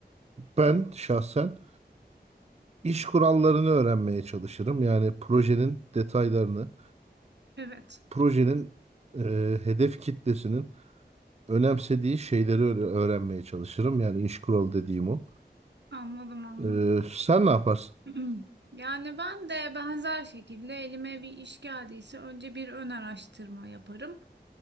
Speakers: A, on the right (about 40°); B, on the right (about 80°).
A: ben şahsen iş kurallarını öğrenmeye çalışırım. Yani projenin detaylarını.
B: evet.
A: projenin e, hedef kitlesinin önemsediği şeyleri öğre- öğrenmeye çalışırım. Yani iş kuralı dediğim o.
B: Anladım, anladım.
A: E, sen ne yaparsın?
B: <clears throat> Yani ben de benzer şekilde elime bir iş geldiyse önce bir ön araştırma yaparım.